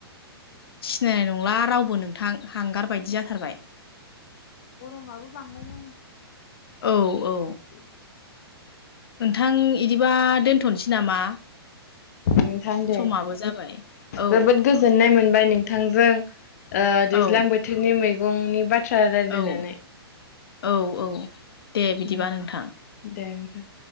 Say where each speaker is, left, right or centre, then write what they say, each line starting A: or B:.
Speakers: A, on the left; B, on the left.
A: सिनायनाय नंला रावबो नोंथां हांगार
B: दासान्दि
A: बायदि जाथारबाय।
B: बिराद गरमाबो बांबायना नों
A: औ। औ
B: <inaudible>
A: नोंथां इदिबा दोनथ'नोसै नामा?
B: नोंथां दे
A: समाबो जाबाय औ
B: जोबोद गोजोननाय मोन बाय नोंथांजों ओ दैज्लां
A: औ
B: बोथोरनि मैगंनि बा थ्रा रायलायनानै
A: औ औ औ दे बिदिबा
B: ओम
A: नोंथां
B: दे। <inaudible>